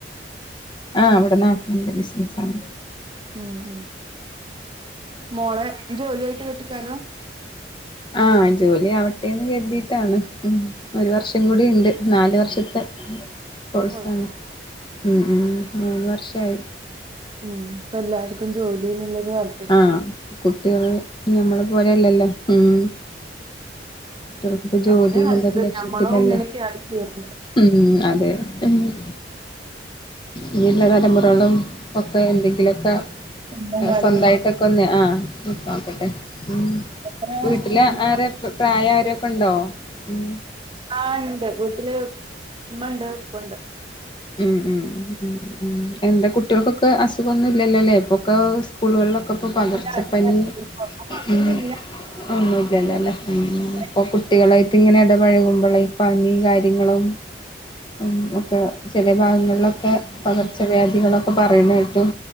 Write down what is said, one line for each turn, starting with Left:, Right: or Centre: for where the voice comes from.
Left: ആഹ് ഇവിടെ നാട്ടിലിണ്ട് ബിസിനസ് ആണ്
Right: ഉം ഉം മോളെ ജോലിയായിട്ട് കെട്ടിക്കാനാ
Left: ആഹ് ജോലി ആവട്ടെന്ന് കരുതിയിട്ടാണ് ഉം ഒരു വർഷം കൂടിണ്ട് നാല് വർഷത്തെ കോഴ്സാണ്
Right: കോഴ്സ്
Left: ഉം ഉം മൂന്ന് വർഷായി.
Right: ഉം ഇപ്പൊ എല്ലാർക്കും ജോലിന്നത് അല്.
Left: ആഹ് കുട്ടികൾ ഞമ്മളെ പോലെല്ലല്ലോ ഉം. കുട്ടികളിപ്പോ ജോലി
Right: അതന്നെ
Left: ന്ന്ള്ള
Right: നല്ലത്
Left: ലക്ഷ്യത്തിലല്ലേ
Right: ഞമ്മളോ ഇങ്ങനെയൊക്കെ ആയി തീർന്നു
Left: ഉം അതെ ഉംഹ് ഇഞ്ഞ്ള്ള തലമുറകളും ഒക്കെ എന്തെങ്കിലുക്കെ.
Right: <unintelligible>
Left: സ്വന്തയിട്ടൊക്കൊന്ന് ആഹ് നോക്കട്ടെ ഉം
Right: എത്ര
Left: വീട്ടില് ആര പ്രായം ആരൊക്കെണ്ടോ ഉം
Right: ആഹ് ണ്ട് വീട്ടില് ഉമ്മണ്ട് പ്പണ്ട്
Left: ഉം ഉം ഉം ഉം എന്താ കുട്ടികൾക്കൊക്കെ അസുഖൊന്നുല്ലല്ലോല്ലേ ഇപ്പൊക്കെ സ്കൂളുകളിലൊക്കെ പ്പോ
Right: ഇല്ല
Left: പകർച്ചപ്പനി
Right: കൊഴപ്പൊന്നുല്ല
Left: ഉം ഒന്നുംല്ലല്ല ല്ലേ ഉംഹ്
Right: പനിയായിട്ട്
Left: ഇപ്പൊ കുട്ടികളായി. ട്ത്തിങ്ങനെ എടപഴകുമ്പളെ പനി കാര്യങ്ങളും ഉം ഒക്കെ ചെല ഭാഗങ്ങളിലൊക്കെ പകർച്ചവ്യാധികളൊക്കെ
Right: ഉം
Left: പറയുന്ന കേട്ടു.